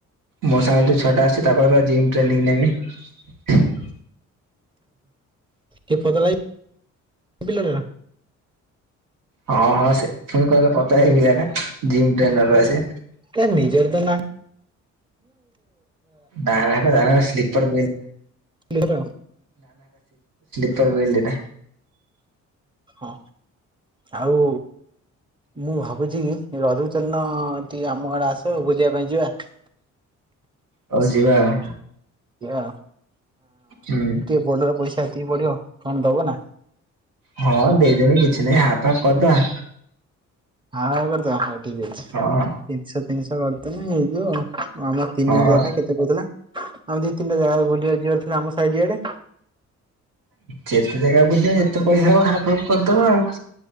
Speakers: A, on the right; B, on the right.
A: ମୋ ସାଙ୍ଗେ ଛଅଟା ଆସଛି ତାପରେ ଜିମ୍ ଟ୍ରେନିଂ ନେବି
B: କିଏ ପତ ଲିଲ
A: ହଁ ହଁ ସେ ପୁଣି କହିଲ କଥା ହେଇ ଏଟା ଜିମ୍ ଟ୍ରେନର ଅ
B: ତ ନିଜର ତ ନା
A: ନା ଜଣ ସ୍ ଟା
B: ନି ହ
A: ବ ଦିଟା
B: ହଁ ଆଉ ମୁଁ ଭାବୁଛି ରଘୁଚନ୍ଦଣ ଆମ ଆଡେ ଆସ ବୁଲିବା ପାଇଁ ଯିବା
A: ହଉ ଯିବା ଆଉ
B: ଏ ହଁ
A: ହୁଁ
B: କିଏ ବନର ପଇସା ଦ ବଢିବ କଣ ଦବ ନା?
A: ହଁ ଦେଇଦେମି କିଛି ନାଇଁ ହାପ ହାପ କରିଦବା
B: ହଁ କରଦ ଠିକ ଅଛି
A: ହଁ।
B: ତିନିଶ ଜିନିଷ କରିଦେନେ ହେଇଯିବ ଆଉ। ଆମର ତିନି
A: ହଁ
B: ହଜାର ଟା କେତେ କହୁଥିଲା ଆଉ ଦି ତିନିଟା ଜାଗା ବୁଲିବାକୁ ଯିବାର ଥିଲା ଆମ ସାଇଆଡେ।
A: ଯେତେ ଜାଗା ବୁଲିବା ଯେତେ ପଇସା ହବ ହାପ ହାପ୍ କରିଦବା ଆଉ।